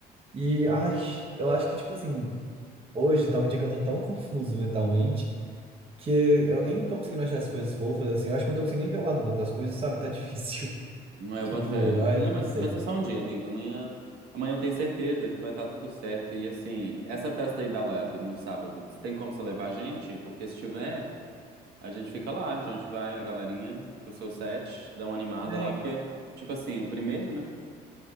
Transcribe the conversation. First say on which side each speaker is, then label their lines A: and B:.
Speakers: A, on the right; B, on the right.
A: E, ai, eu acho que, tipo assim, hoje tá um dia que eu tô tão <laughs> confuso mentalmente que eu nem tô conseguindo achar as coisas fofas, assim. Eu acho que eu não tô conseguindo nem ver o lado bom das coisas, sabe? Tá difícil. <laughs>
B: Não é,
A: Tipo,
B: eu boto fé.
A: ai,
B: Ah, Mas
A: não sei.
B: mas é só um dia, amigo. Amanhã, amanhã eu tenho certeza que vai estar tudo certo. E assim, essa festa aí da Lab no sábado, tem como você levar a gente? Porque se tiver. A gente fica lá, a gente vai, a galerinha, pro seu set, dá uma animada
A: É,
B: lá,
A: hein?
B: porque, tipo assim, o primeiro, né?